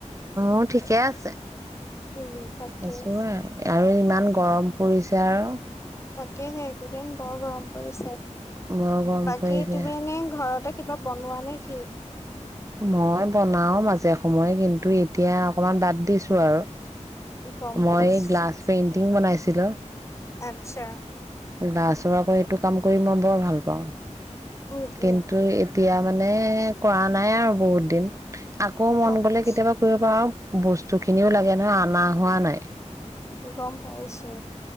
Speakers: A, on the right; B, on the left.
A: উ ঠিকে আছে।
B: উম তাকে
A: আছো আৰু, আৰু ইমান উম, গৰম পৰিছে আৰু
B: তাকেহে এইকেইদিন বৰ গৰম পৰিছে।
A: বৰ গৰম
B: বাকী
A: পৰিছে
B: তুমি এনে ঘৰতে কিবা বনোৱা নেকি?
A: মই বনাও মাজে সময় কিন্তু এতিয়া অকনমান বাদ দিছো আৰু।
B: গম পাইছোঁ।
A: মই গ্লাছ পেইন্টিং বনাইছিলোঁ।
B: আচ্ছা।
A: <unintelligible> এইটো কাম কৰি মই বৰ ভাল পাওঁ।
B: উম, উম,
A: কিন্তু এতিয়া মানে কৰা নাই আৰু বহুত দিন আকৌ মন
B: গম
A: গলে
B: পাইছোঁ।
A: কেতিয়াবা কৰিব পাৰোঁ। বস্তু খিনিও লাগে নহয় অনা হোৱা নাই।
B: গম পাইছো